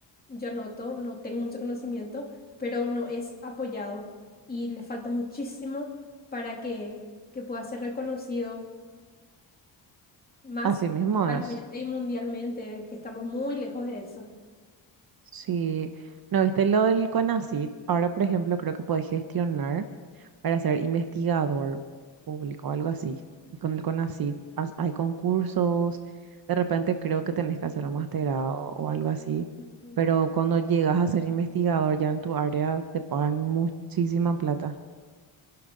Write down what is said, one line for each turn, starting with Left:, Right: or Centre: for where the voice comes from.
Left: yo noto, no tengo mucho conocimiento pero no es apoyado y le falta muchísimo para que, que pueda ser reconocido más
Right: Así mismo
Left: localmente
Right: es.
Left: y mundialmente, que estamos muy lejos de eso.
Right: Sí, ¿no viste lo del CONACYT? Ahora, por ejemplo, creo que podés gestionar para ser investigador público o algo así. Y con el CONACYT has- hay concursos, de repente creo que tenés que hacer un masterado o algo así,
Left: Ujú.
Right: pero cuando llegas a ser investigador ya en tu área te pagan muchísima plata.